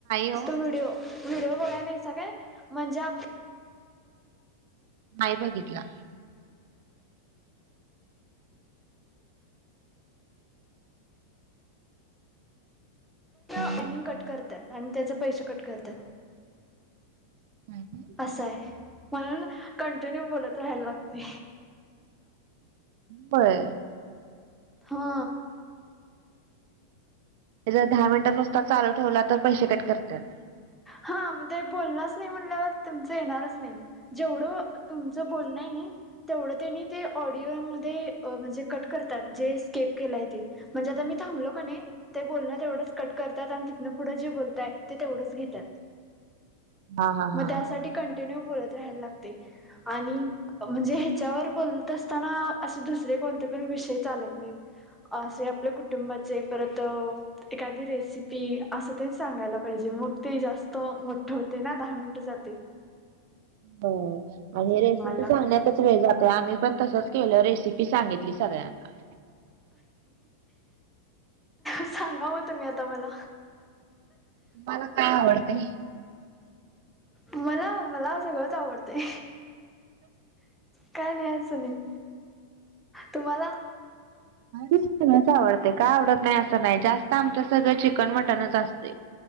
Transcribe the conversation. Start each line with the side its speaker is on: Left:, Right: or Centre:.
Right: हो
Centre: तो व्हिडिओ व्हिडिओ बघाय नाहीसा काय? म्हणजे आप
Right: नाही बघितला. हं.
Centre: टायमिंग कट करतात आणि त्याच पैसे कट करतात.
Right: काय काय?
Centre: असं आहे. म्हणून कंटिन्यू बोलत राहायला लागतय.
Right: बरं.
Centre: हा.
Right: जर दहा मिनटं नुसता चालू ठेवला तर पैसे कट करत्यात.
Centre: हा, म ते बोलणारच नाही म्हणल्यावर तुमच येणारच नाही. जेवढं तुमचं बोलणं आहे नई तेवढं त्यांनी ते ऑडिओमध्ये अ म्हणजे कट करतात. जे स्कीप केलाय ते. म्हणजे आता मी थांबलो का नाही, ते बोलणं तेवढंच कट करतात आणि तिथनं पुढं जे बोलताय ते तेवढंच घेत्यात.
Right: हा हा हा
Centre: म त्यासाठी
Right: हा.
Centre: कंटिन्यू बोलत राहायला लागतय. आणि म्हणजे ह्याच्यावर बोलत असताना असे दुसरे कोणते पण विषय चालत नाहीत. असे आपल्या कुटुंबाचे परत एखादी रेसिपी असं तेन सांगायला पाहिजे मग ते जास्त मोठं होत ना दहा मिनिट जातय.
Right: हो आणि रेसिपी
Centre: लागत
Right: सांगण्यात त्यातच वेळ जातोय आम्ही पण तसंच केलं रेसिपी सांगितली सगळ्यांना
Centre: सांगाव मग तुम्ही आता मला
Right: मला काय आवडतय?
Centre: मला मला सगळंच आवडतंय. काय नाही असं नाही तुम्हाला?
Right: सगळंच आवडते काय आवडत नाही असं नाही जास्त जास्त आमच्यात सगळं चिकन मटनच असतंय.